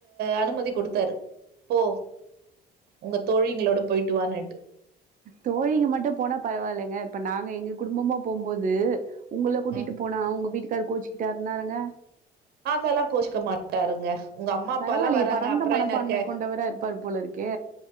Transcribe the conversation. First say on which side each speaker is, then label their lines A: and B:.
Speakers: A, on the right; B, on the right.
A: அனுமதி கொடுத்தாரு போ உங்க தோழிங்களோட போயிட்டு வானுட்டு
B: தோழிங்க மட்டும் போனா பரவாயில்லைங்க இப்ப நாங்க எங்க குடும்பமா போம்போது உங்கள கூட்டிட்டு
A: ம்
B: போனா உங்க வீட்டுக்காரு கோச்சுக்கிட்டாருன்னாங்க
A: அதெல்லா கோஷிக்க மாட்டாருங்க உங்க அம்மா அப்பல்லாம்
B: பரவாயில்லையே
A: வராங்க
B: பரந்த
A: அப்புறம்
B: மனப்பான்மை
A: என்ன இருக்க
B: கொண்டவரா இருப்பாரு போல இருக்கே